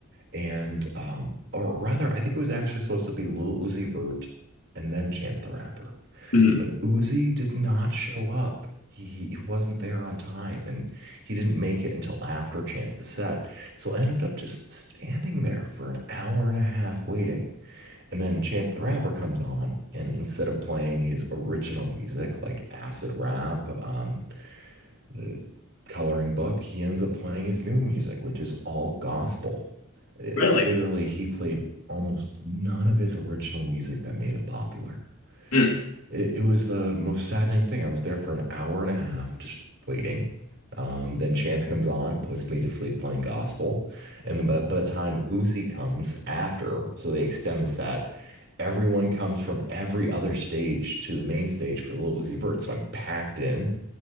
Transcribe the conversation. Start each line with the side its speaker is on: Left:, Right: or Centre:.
Right: and um, or rather, I think it was actually supposed to be Lil Uzi Vert and then Chance the Rapper,
Left: Mhm.
Right: but Uzi did not show up. He, he wasn't there on time, and he didn't make it until after Chance's set. So I ended up just standing there for an hour and a half waiting. And then Chance the Rapper comes on, and instead of playing his original music like acid rap, um, the coloring book, he ends up playing his new music, which is all gospel. It-
Left: really.
Right: literally, he played almost none of his original music that made him popular.
Left: Mm.
Right: It, it was the most saddening thing. I was there for an hour and a half just waiting. Um, then Chance comes on, puts me to sleep playing gospel. And then by, by the time Uzi comes after, so they extend the set, everyone comes from every other stage to the main stage for Lil Uzi Vert. So I'm packed in.